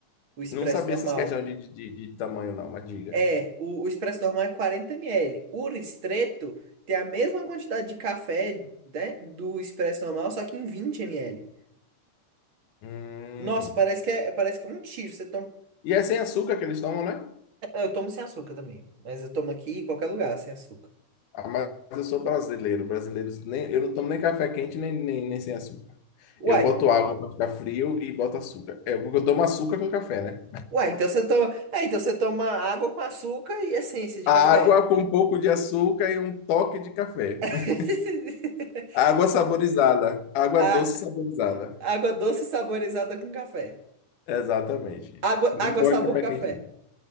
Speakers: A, on the right; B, on the left.
A: O expresso
B: Não sabia
A: normal.
B: essas questões de, de, de- de tamanho, não, mas diga.
A: É, o, o expresso normal é 40 ml. O ristretto tem a mesma quantidade de café, né, do expresso normal, só que em 20 ml.
B: Hum.
A: Nossa, parece que é, parece que é um tiro. Você toma...
B: E é sem açúcar que eles tomam, né?
A: Eu tomo sem açúcar também. Mas eu tomo aqui em qualquer lugar sem açúcar.
B: Ah, mas eu sou brasileiro. Brasileiros, nem, eu não tomo nem café quente, nem, nem, nem sem açúcar.
A: Uai.
B: Eu boto água para ficar frio e boto açúcar. É porque eu tomo açúcar com café, né?
A: Uai, então você toma. É, então você toma água com açúcar e essência de
B: A
A: café.
B: água com um pouco de açúcar e um toque de café.
A: <laughs>
B: <laughs> Água saborizada. Água
A: A,
B: doce saborizada.
A: água doce saborizada com café.
B: Exatamente.
A: Água,
B: Eu
A: água
B: Não gosto
A: sabor
B: de café
A: café.
B: quente.